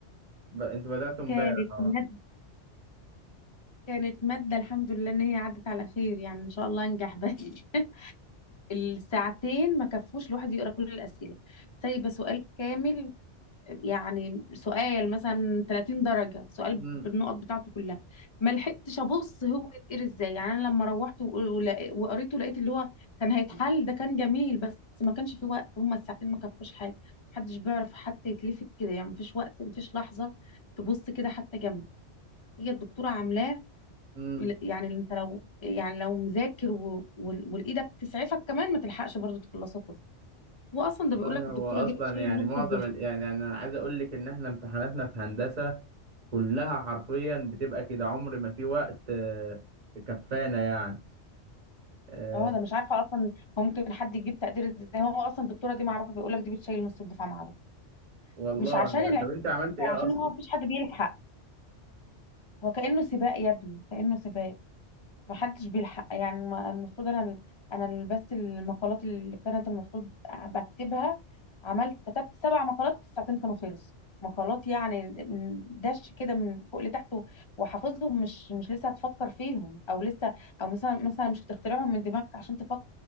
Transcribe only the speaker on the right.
ب- انتوا بدأتوا امبارح
اه
مم،
مم.
والله
هو اصلا
يعني
معظم
ال... يعني انا عايز اقول لك ان احنا امتحاناتنا في هندسه كلها حرفيا بتبقى كده عمر ما في وقت آه، كفانا يعني آه،
والله
يعني
طب انت عملت ايه
اصلا